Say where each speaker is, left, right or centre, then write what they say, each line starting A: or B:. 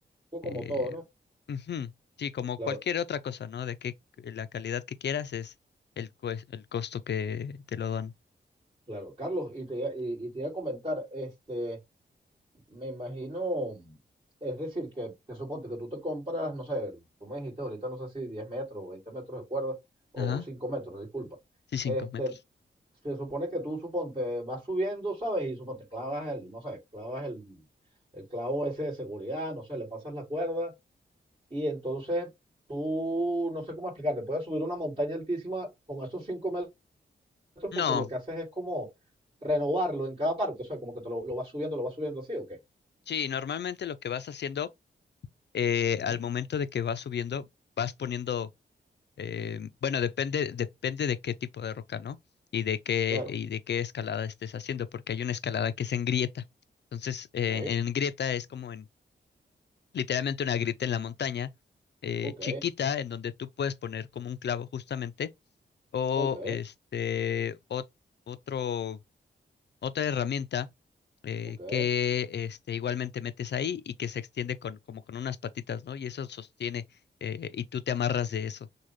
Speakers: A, on the right; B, on the left.
A: Fue como
B: eh,
A: todo, ¿no?
B: ujú. Sí, como
A: Claro,
B: cualquier otra cosa, ¿no? De que la calidad que quieras es el, cues- el costo que te lo dan.
A: claro. Carlos, y te, iba- y, y te iba a comentar, este, me imagino, es decir, que, que suponte que tú te compras, no sé, tú me dijiste ahorita, no sé si 10 metros o 20 metros de cuerda, o
B: Ajá.
A: 5 metros, disculpa.
B: Sí, cinco
A: Este,
B: metros.
A: se supone que tú, suponte, vas subiendo, ¿sabes? Y suponte, clavas el, no sé, clavas el, el clavo ese de seguridad, no sé, le pasas la cuerda y entonces tú, no sé cómo explicarte, puedes subir una montaña altísima con esos cinco metros
B: No,
A: porque lo que haces es como renovarlo en cada parte, o sea, como que te lo, lo vas subiendo, lo vas subiendo así, ¿o qué?
B: sí, normalmente lo que vas haciendo eh,
A: Ujú,
B: al momento de que vas subiendo, vas poniendo, eh, bueno, depende, depende de qué tipo de roca, ¿no? Y de qué,
A: Claro,
B: y de qué escalada estés haciendo, porque hay una escalada que es en grieta. Entonces, eh,
A: ok,
B: en grieta es como literalmente una grita en la montaña, eh,
A: ok,
B: chiquita, en donde tú puedes poner como un clavo justamente, o
A: ok,
B: este, ot- otro, otra herramienta eh,
A: ok.
B: que este, igualmente metes ahí y que se extiende con, como con unas patitas, ¿no? Y eso sostiene eh, y tú te amarras de eso.